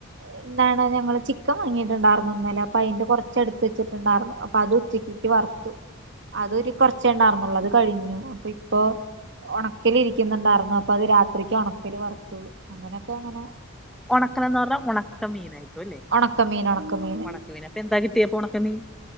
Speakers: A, on the right; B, in the centre.
A: എന്താണ് ഞങ്ങള് ചിക്കൻ വാങ്ങിട്ടുണ്ടാരുന്നു ഇന്നലെ അപ്പൊ അയിന്റെ കൊറച്ച് എടുത്ത് വെച്ചിട്ടുണ്ടാരുന്നു അപ്പൊ അത് ഉച്ചക്ക്യേ ക്ക് വറത്തു അതൊരു കൊറച്ചേ ഇണ്ടാരുന്നുള്ളൂ അത് കഴിഞ്ഞു അപ്പം ഇപ്പൊ ഒണക്കല് ഇരി ക്കിന്നുണ്ടാരുന്നു അപ്പൊ അത് രാത്രിക്ക് ഒണക്കൽ വറത്തു അങ്ങനെയൊക്കെ അങ്ങനെ
B: ഒണക്കലന്ന് പറഞ്ഞാ ഒണക്ക മീനായിരിക്കു അല്ലേ
A: ഒണക്കമീൻ ഒണക്കമീൻ
B: <unintelligible> എന്താ കിട്ടിയേ ഇപ്പ ഒണക്കമീൻ